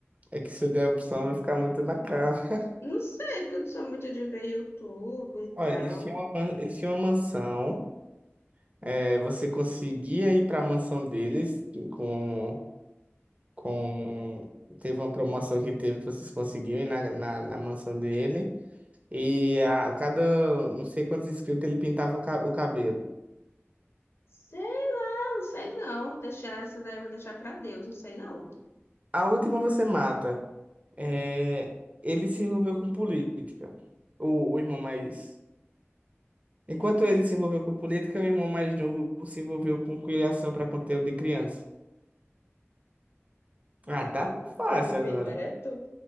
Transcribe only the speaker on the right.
É que se eu der a opção vai ficar muito na cara. <laughs>
Olha, eles tinham uma, man- eles tinham uma mansão, é, você conseguia ir para a mansão deles com, com... Teve uma promoção que teve que vocês conseguiam ir na, na, na mansão dele. E a cada não sei quantos inscritos ele pintava o ca- o cabelo.
A última você mata. É, ele se envolveu com política. O, o irmão mais. Enquanto ele se envolveu com política, o irmão mais novo se envolveu com criação para conteúdo de criança. Ah, tá
fácil
agora.